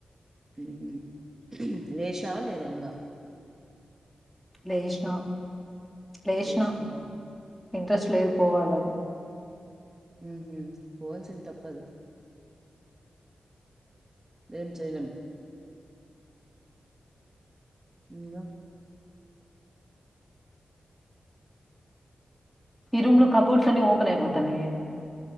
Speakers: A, on the right (about 20°); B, in the centre.
A: ఊహూ లేచినావా లేదా ఇంగి
B: లేచినా లేచినా
A: లేచినావా
B: ఇంట్రెస్ట్ లేదు పోవాలని
A: ఊహూ పోవాల్సింది తప్పదు ఏం చెయ్ లేం ఇంగా
B: ఈ రూమ్ లో కబోర్డ్స్ అన్ని ఓపెన్ అయిపోతన్నాయే